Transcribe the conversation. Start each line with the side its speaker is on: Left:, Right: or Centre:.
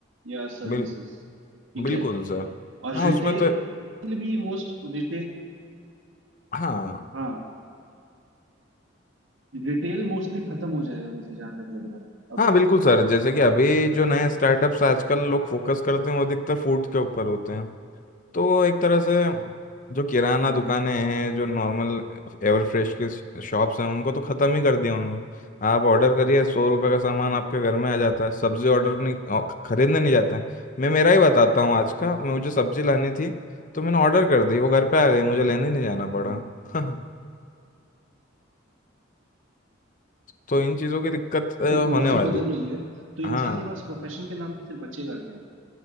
Right: या सर्विसेज
Left: बिल
Right: ठीक
Left: बिल्कुल
Right: है
Left: सर
Right: और
Left: हाँ
Right: रिटेल
Left: उसमें तो
Right: भी मोस्ट रिटेल
Left: हाँ
Right: हाँ रिटेल मोस्टली खत्म हो जाएगा मुझे जहां तक लग रहा है अब
Left: हाँ बिल्कुल सर जैसे कि अभी जो नए स्टार्टअप्स आजकल लोग फोकस करते हैं वो अधिकतर फूड के ऊपर होते हैं तो एक तरह से जो किराना
Right: हम्म,
Left: दुकानें हैं जो नॉर्मल एवर फ्रेश के शॉप्स हैं उनको तो ख़त्म ही कर दिया उन्होंने आप ऑर्डर करिए सौ रुपये का सामान आपके घर में आ जाता है सब्जी ऑर्डर नहीं अ, खरीदने नहीं जाता है मैं मेरा ही बताता हूँ आज का मैं- मुझे सब्जी लानी थी तो मैंने ऑर्डर कर दी वो घर पे आ गई मुझे लेने नहीं जाना पड़ा
Right: हम्म।
Left: <laughs> तो इन चीज़ों की दिक्कत अ,
Right: टेक्नोलॉजी
Left: होने वाली
Right: बदल
Left: है।
Right: रही है तो इंसान
Left: हाँ
Right: के पास प्रोफेशन के नाम पे फिर बचेगा क्या